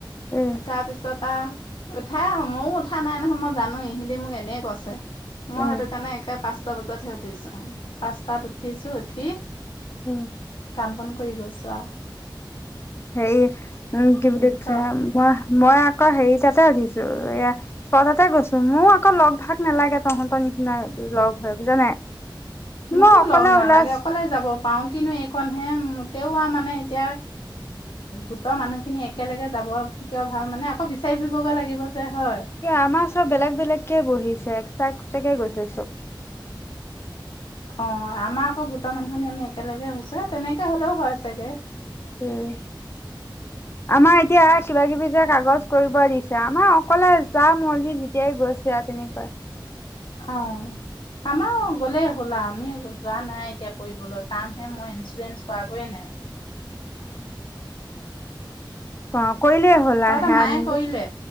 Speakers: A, on the left; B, on the left.
A: উম'
B: তাৰ পিছত আৰু উঠাই, মইও উঠা নাই নহয়, মই জানোঁ ইহঁতে মোক এনেই কৈছে। মই
A: উম
B: সেইটো কাৰণে একে পাঁচটা বজাতহে উঠিছোঁ, পাঁচটাত উঠিছোঁ উঠি
A: উম'
B: কাম-বন কৰি গৈছোঁ আও
A: সেই উম' কি বুলি কৈছে?
B: ক
A: মই-মই আকৌ হেৰি তাতে উঠিছোঁ এইয়া ছয়টাতে গৈছোঁ, মোৰ আকৌ লগ ভাগ নালাগে, তহঁতৰ নিচিনা লগ হৈ বুজা নাই।
B: মোকো
A: মই অকলে
B: লগ নালাগে
A: ওলাইছ
B: অকলে যাব। পাওঁ কিন্তু এইকণহে, তেওঁ আৰু মানে এতিয়া গোটৰ মানুহ খিনি একেলগে যাব কিয় ভাল মানে আকৌ বিচাৰি ফুৰিবগৈ লাগিব যে হয়।
A: এ আমাৰ সব বেলেগ-বেলেগকে বহিছে, এক্সট্ৰা-এক্সট্ৰাকে গৈছে সব।
B: অ' আমাৰ আকৌ গোটৰ মানুহখিনি আমি একেলগে হৈছোঁ, তেনেকে হ'লেও হয় চাগে।
A: উম'
B: <inaudible>
A: আমাৰ এতিয়া কিবা-কিবি যে কাগজ কৰিব দিছে, আমাৰ অকলে যা মৰ্জি যেতিয়াই গৈছে। <unintelligible> তেনেকুৱা
B: অ' <unintelligible> আমাৰো গ'লে গ'লা, আমি যোৱা নাই এতিয়া কৰিবলৈ, যামহে মই ইঞ্চুৰেঞ্চ কৰাগৈয়ে নাই।
A: উম' অ' কৰিলে হ'ল
B: তহঁতৰ
A: সেইয়া
B: মায়ে
A: নিজে
B: কৰিলে